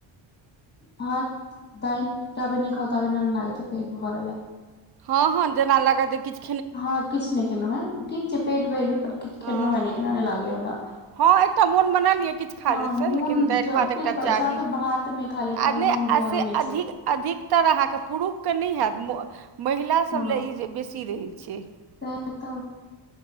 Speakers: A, on the left; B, on the right.
A: भात -दाइल जाबे नेै खाउ ताबे नै लागै छै पेट भरलये
B: हँ हँ जेना लगात जे किछ
A: हँ किछ नै खेन्नौ है ठीक छै पेट भैर गेल पर किछ
B: हँ
A: खेन्नौं हेै
B: हँ
A: नै एना नै लागै य हमरा
B: हँ एकटा मोन मना ल यऽ किछ खाय
A: हँ
B: लयसे
A: मोन
B: लेकिन दालि
A: जाबे
B: भात एकटा चाही
A: जाबे भात नहि खा लिअ ताबे
B: आ नै
A: मोन भरै
B: आ से
A: नहि
B: अधिक
A: छै
B: अधिकतर अहाँके पुरुक क नै हैत म महिला सब
A: हँ
B: लए इजे बेसी रहै छै
A: सएह तऽ